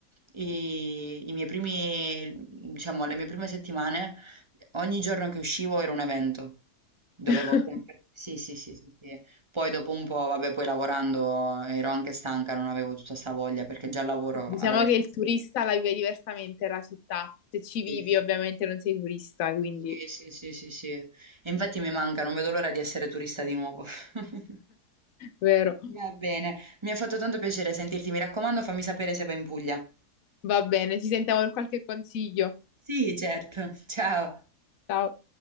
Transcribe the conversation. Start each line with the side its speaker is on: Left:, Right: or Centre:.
Right: i, i miei primi, diciamo, le mie prime settimane, ogni giorno che uscivo era un evento. Dovevo
Left: <laughs>
Right: sempre... Sì, sì, sì, sì, sì. Poi dopo un po', vabbè, poi lavorando ero anche stanca, non avevo tutta sta voglia perché già lavoro
Left: Diciamo
Right: alla recinzione.
Left: che il turista la vive diversamente la città. Se ci vivi,
Right: Sì,
Left: ovviamente non sei turista, quindi
Right: sì, sì, sì, sì, sì. E infatti mi manca, non vedo l'ora di essere turista di nuovo. <laughs>
Left: vero.
Right: Va bene, mi ha fatto tanto piacere sentirti, mi raccomando, fammi sapere se vai in Puglia.
Left: Va bene, ci sentiamo per qualche consiglio.
Right: Sì, certo. Ciao.
Left: Ciao.